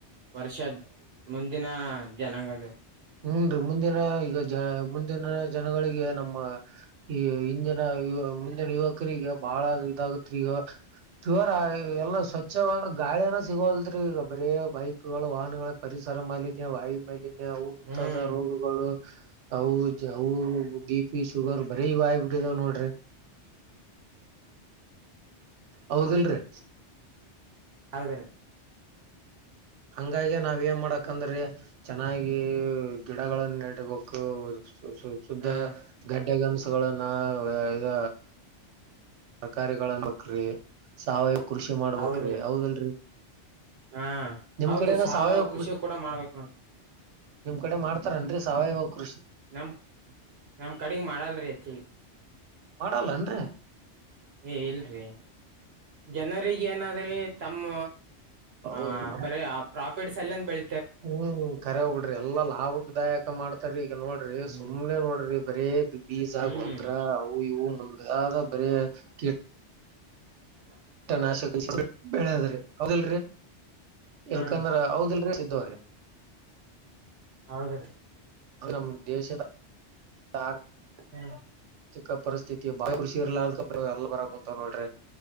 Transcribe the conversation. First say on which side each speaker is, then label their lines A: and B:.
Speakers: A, on the right; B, on the right.
A: ವರ್ಷ ಮುಂದಿನ ಜನಾಂಗ ಅದ
B: ಹ್ಮ ರೀ ಮುಂದಿನ ಈಗ ಜ ಮುಂದಿನ ಜನಗಳಿಗೆ ನಮ್ಮ ಈ ಹಿಂದಿನ ಯ ಮುಂದಿನ ಯುವಕರಿಗೆಗ ಬಹಳ ಇದಾಗತ್ ಈಗ ಜವರ ಎಲ್ಲಾ ಸ್ವಚ್ಛ ಗಾಳಿಯನ ಸಿಗೋಲ್ ಈಗ ಬರೇ ಬೈಕ್ ಗಳು ವಾಹನಗಳ ಪರಿಸರ ಮಾಲಿನ್ಯ ವಾಯು ಮೇಲಿನ್ ಅವು ಮುಂತಾದ
A: ಹ್ಮ್
B: ರೋಗಗಳು ಹೌ ಹೌ ಪಿ ಶುಗರ್ ಬರೀ ಇವಾಯ್ಬಿಟ್ಟಿದಾವ್ ನೋಡ್ರಿ ಹೌದಲ್ರಿ
A: ಹೌದರ
B: ಹಂಗಾಗಿ ನಾವ ಏನ್ ಮಾಡಕಂದ್ರೆ ಚೆನ್ನಾಗಿ ಗಿಡಗಳನ್ನ ನೆಟ್ಟಕ ಸ ಸುದ್ದ
A: ಹಾ
B: ಗಡ್ಡೆಗನಸುಗಳನ್ನ ಇದ ತರ್ಕಾರಿಗಳನ್ಬಕ್್ರಿ ಸಾವಯವ ಕೃಷಿ ಮಾಡ್ಬಕ್್ರಿ
A: ಹೌದ್ರಿ
B: ಹೌದಲ್ರರಿ
A: ಹಾ
B: ನಿಮ್
A: ಹೌದು
B: ಕಡೆನ
A: ಸಹ
B: ಸಾವಯವ
A: ಕೃಷಿ ಕೂಡ ಮಾಡ್ಬೇಕು ನಾ
B: ನಿಮ್ ಕಡೆ ಮಾಡ್ತಾರನ್ರರಿ ಸಾವಯವ ಕೃಷಿ
A: ನಮ್ ನಮ್ ಕಡೆಗ್ ಮಾಡಲ್ರಿ ಹೆಚ್ಚಿ
B: ಮಾಡಲ್ಲ ಅಂದ್ರೆ
A: ಏ ಇಲ್ರಿ ಜನರಿಗೆ ಏನಾದ್ರೆ ತಮ್ಮ
B: ಅವು
A: ಆ
B: ನಮ್
A: ಬರ ಪ್ರಾಫಿಟ್ಸ್ಲ್ಲಂದ ಬೆಳ
B: ಹ್ಮ್ ಕರೆ ಹೋಗ್ಬಿಡ್ರಿ ಎಲ್ಲಾ ಲಾಭಕ್ದಾಯಕ ಮಾಡ್ತಾರಿೀ ಈಗ ನೋಡ್ರಿ
A: ಹ್ಮ್
B: ಸುಮ್ನೆ ನೋಡ್ರಿ ಬರೇ ಬೀಜ
A: ಹ್ಮ್
B: ಗೊಬ್ಬ್ರ ಅವು ಇವು ಮುಂದಾದ ಬರ ಕ
A: ಬರ
B: ಪಟ್ಟ ನಾಶಿಸಿ ಬೆಳದ್ರಿ ಹೌದಿಲ್ರರಿ
A: ಹಾ
B: ಎಲ್ಕಂದ್ರ ಹೌದಲ್ ಇದವ್ರ
A: ಹೌದ್ರೀ
B: ನ ದೇಶಾರ್
A: ಹ್ಮ
B: ಚಿಕ್ಕ ಪರಿಸ್ಥಿತಿ ಬಾ ಕೃಷಿ ಇರ್ಲಾರ ಎಲ್ಲ ಬರ ಕುಂಂತ ನೋಡ್ರಿ